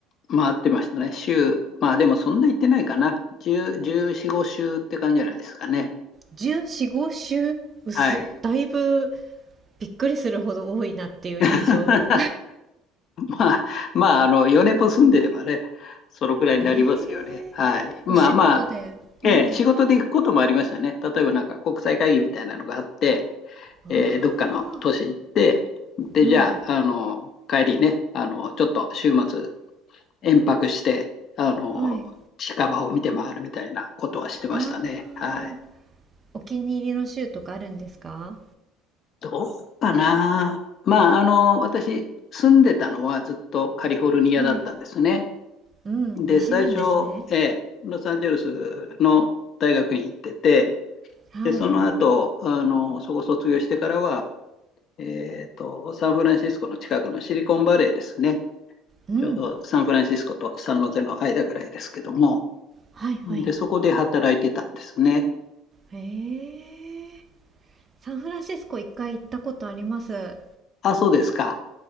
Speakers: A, on the left; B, on the right.
A: 回ってましたね。週、まあでもそんな行ってないかな。10、14、5週って感じじゃないですかね。
B: 14、5週薄。
A: はい。
B: だいぶびっくりするほど多いなっていう印象
A: <laughs> <laughs> まあ、まあ、あの、4年も住んでればね、そのくらいになりますよね。
B: ええ、
A: はい。まあまあ、
B: お仕事で、
A: ええ、
B: うん、
A: 仕事で行くこともありましたね。例えばなんか国際会議みたいなのがあって、
B: ああ、
A: えーどっかの都市行って、で、
B: うん、
A: じゃあ、あの、帰りね、あの、ちょっと週末、延泊して、あの、
B: はい、
A: 近場を見て回るみたいなことはしてましたね。
B: ああ、
A: はい。
B: お気に入りの州とかあるんですか？
A: どうかな。まあ、あの、私、住んでたのはずっとカリフォルニアだったんですね。
B: はい、うん、
A: で、
B: 西なんですね。
A: 最初、えーロサンゼルスの大学に行ってて、
B: はい、
A: で、その後、あの、そこ卒業してからは、えっと、サンフランシスコの近くのシリコンバレーですね。
B: うん、
A: ちょうどサンフランシスコとサンノゼの間ぐらいですけども、
B: はいはい。
A: で、そこで働いてたんですね。
B: ええ、サンフランシスコ1回行ったことあります。
A: あ、そうですか。